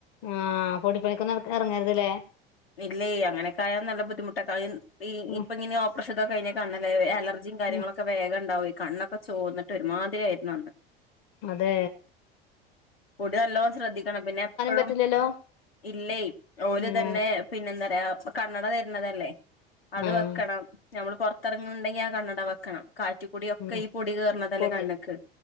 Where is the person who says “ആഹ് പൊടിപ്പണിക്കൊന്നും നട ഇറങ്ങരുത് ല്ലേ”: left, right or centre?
Left